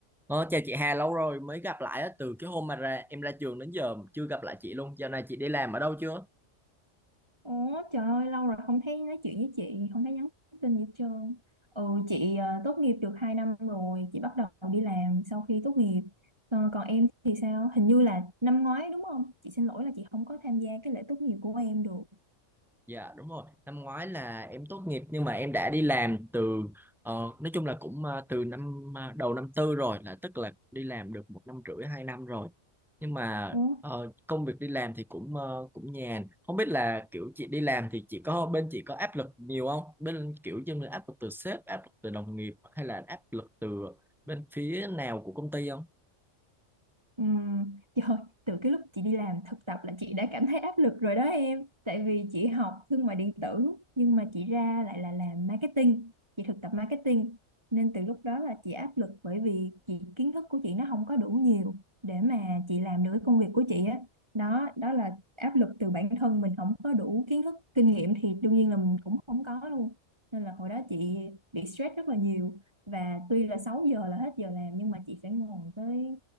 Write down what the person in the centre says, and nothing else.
Ờ, chào chị Hà lâu rồi mới gặp lại á, từ cái hôm mà ra em ra trường đến giờ chưa gặp lại chị luôn. Giờ này chị đi làm ở đâu chưa?
Dạ đúng rồi, năm ngoái là em tốt nghiệp nhưng mà em đã đi làm từ ờ, nói chung là cũng ờ, từ năm ờ, đầu năm tư rồi là tức là đi làm được một năm rưỡi hai năm rồi. Nhưng mà
ờ, công việc đi làm thì cũng ờ, cũng nhàn. Không biết là kiểu chị đi làm thì chị có bên chị có áp lực nhiều không? Bên kiểu như là áp lực từ sếp, áp lực từ đồng nghiệp hay là áp lực từ bên phía nào của công ty không?